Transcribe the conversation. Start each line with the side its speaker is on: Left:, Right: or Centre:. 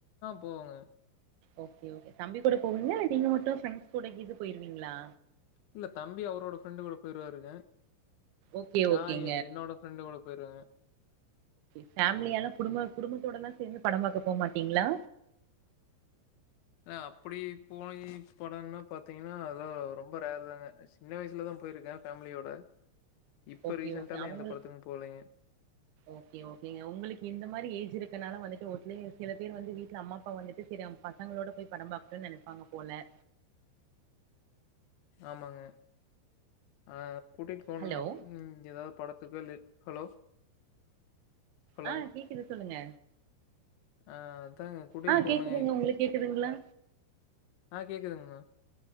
Left: போவாங்க
Right: ஓகே தம்பி கூட போவீங்களா இல்ல நீங்க மட்டும் ஃப்ரெண்ட்ஸ் கூட இது போயிருவீங்களா
Left: இல்ல தம்பி அவரோட ஃப்ரெண்டு் கூட போயிருவாருங்க
Right: ஓகே
Left: நான்
Right: ஓகேங்க
Left: என்னோட ஃப்ரெண்டோட பெருங்க
Right: ஃபேமிலிய எலாம் குடும்ப குடும்பத்தோடலாம் சேர்ந்து படம் பார்க்க போ மாட்டீங்களா
Left: இ அப்டி போன படம்னா பாத்தீங்கன்னா அதெலாம் ரொம்ப ரேரு தாங்க சின்ன வயசுலதான் போயிருக்கேன் ஃபேமிலியோட இப்ப
Right: ஓகே
Left: ரீசென்ட்டாலாம்
Right: ஓகே அவங்க
Left: எந்த படத்துக்கும் போலைங்க.
Right: ஓகே ஓகே உங்களுக்கு இந்த மாரி ஏஜ் இருக்கு இதனால வந்துட்டுடலயே சில பேர் வந்து வீட்டுல அம்மா அப்பா வந்துட்டு சில பசங்களோட போய் படம் பக்கும்ன்னனு நெனப்பாங்க போல
Left: ஆமாங்க ஆஹ கூட்டிகிட்டு போகணுங்க
Right: ஹலோ
Left: உம் ஏதாவது படத்துக்கு இல் ஹலோ ஹலோ
Right: ஆ கேக்குது சொல்லுங்க
Left: அஹ் அதாங்க கூட்டிட்டு
Right: ஆ
Left: போனுங்க
Right: கேக்குதுங்க உங்களுக்கு கேக்குதுங்ளா
Left: ஆஹ் கேக்குதுங்மா